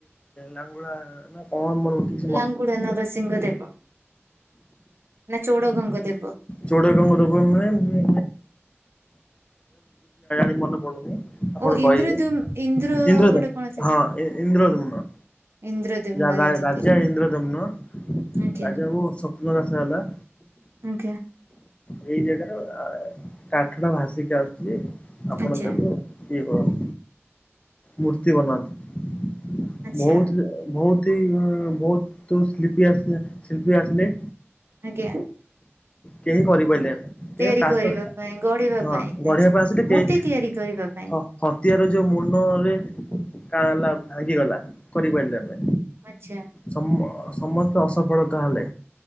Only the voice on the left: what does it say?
ଲାଙ୍ଗୁଳା ନା କଣ ମୋର ମ
ଚୋଡ଼ଗଙ୍ଗ ନୁହେଁ ମେ ମେ <unintelligible> ମନେ ପଡୁନି। ଆପଣ
କହିବେ
ଇନ୍ଦ୍ରଦୁମ୍
ହଁ ଇ ଇ ଇନ୍ଦ୍ରଦୁମ୍ନ।
ଯା ରା ରାଜା
ଇନ୍ଦ୍ରଦୁମ୍ନ ରାଜାକୁ
ବ ସ୍ୱପ୍ନ ଦାସ ହେଲା।
ଏଇ ଜାଗାର କାଠଟା ଭାସିକି ଆସୁଛି ଆପଣ
ତାକୁ କି କର ମୂର୍ତ୍ତି ବନାନ୍ତୁ
ବହୁତ ବହୁତ ତିଇ ଆଁ ବହୁତ ସ୍ଲିପି ଆସିଲେ ଶିଳ୍ପୀ ଆସିଲେ।
କେହି କରିପାଇଲେନି। କେ
ଟ୍ରା
ହଁ
ଗଢିବା
ପାଇଁ ଆସିଲେ
କେହି
ହଁ ହତିଆର ଯୋଉ ମୁଣ୍ଡରେ କାଣ ହେଲା ଭାଙ୍ଗିଗଲା କରିପାରିଲେ ଆମେ
ସମ ସମସ୍ତେ ଅସଫଳତା ହେଲେ।